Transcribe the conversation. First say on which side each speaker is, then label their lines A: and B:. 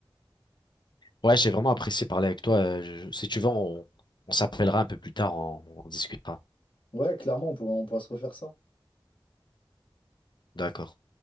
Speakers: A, on the left (about 60°); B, on the left (about 75°).
A: Ouais, j'ai vraiment apprécié parler avec toi. Euh, je- si tu veux, on, on s'appellera un peu plus tard, on, on discutera.
B: Ouais, clairement, on pourra, on pourra se refaire ça. hein.
A: D'accord.